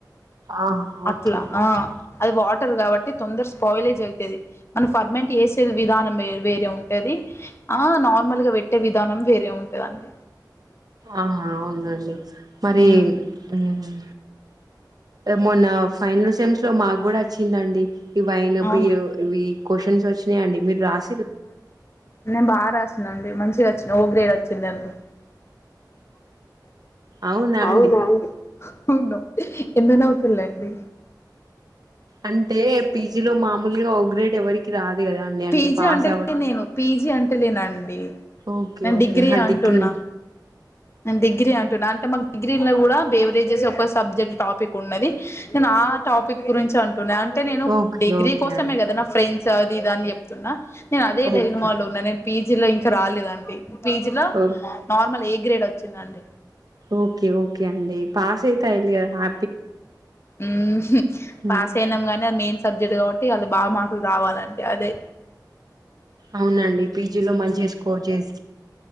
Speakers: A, on the right; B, on the left.
A: ఆహా
B: అట్లా
A: ఓకే
B: ఆ
A: ఓకే
B: అది వాటర్ కాబట్టి తొందర స్పాయిలైజ్ అయితది మనం ఫర్మెంట్ చేసే విధానం వే వేరే ఉంటది ఆ నార్మల్ గా పెట్టే విధానం వేరే ఉంటదండి
A: ఆహా అవునా అండి మరీ
B: మ్మ్
A: మ్ మొన్నా ఫైనల్ సెమ్స్ లో మాక్కూడా వచ్చిందండి ఇవైైన
B: అవునా
A: బీయో ఇవి క్వశ్చన్స్ వచ్చినాయండి మీరు రాసి
B: నేను బాగా రాసినాండి మంచిగా వచ్చింది ఓ గ్రేడ్ వచ్చింది అందు
A: అవునా అండి
B: అవును అవున్ హో నో ఎందుకు నవ్వుతుల్లు అండి
A: అంటే పీజీలో మామూలుగా ఒ గ్రేడ్ ఎవరి కి రాదు కదా అండి అంటే
B: పీజీ
A: పాస్
B: అంటలే
A: అవ్వడం
B: నేను పీజీ అంటలేనండి
A: ఓకే
B: నేను
A: ఓకే <unintelligible>
B: అంటున్నా
A: డిగ్రీ
B: నేను డిగ్రీ అంటున్నా అంటే మా డిగ్రీ లో కూడా బేవరేజెస్ ఒక సబ్జెక్ట్ టాపిక్ ఉన్నది నేను ఆ టాపిక్ గురించి అంటున్నా అంటే నేను
A: ఓకే
B: డిగ్రీ
A: ఓకే
B: కోసమే
A: అండి
B: కదా నా ఫ్రెండ్స్ అది ఇది అని చెప్ తున్నా నేను అదే డైలమా
A: ఓకే
B: లో ఉన్నా నేను పీజీలో ఇంకా రాలేదండి పీజీలో
A: ఓ
B: నార్మల్ ఏ గ్రేడ్ వచ్చిందండి
A: ఓకే ఓకే అండి పాస్ అయితే అయిందిగా హా
B: మ్మ్ హు పాస్
A: మ్
B: అయినాం గానీ అది మెయిన్స్ సబ్జెక్ట్ కాబట్టి అళ్ళు బాగా మార్కులు రావాలండి అదే
A: అవునండి పీజీలో మంచిగ స్కోర్ చేసి